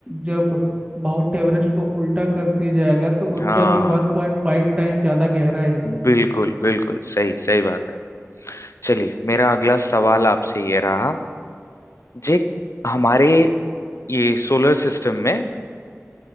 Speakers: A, on the right (about 25°); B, on the left (about 70°).
A: जब माउंट एवरेस्ट को उल्टा कर दिया जाएगा तो उसका
B: हाँ
A: भी 1.5 टाइम ज़्यादा गहरा है ये
B: बिल्कुल बिल्कुल सही सही बात है चलिए मेरा अगला सवाल आपसे ये रहा जे हमारे ये सोलर सिस्टम में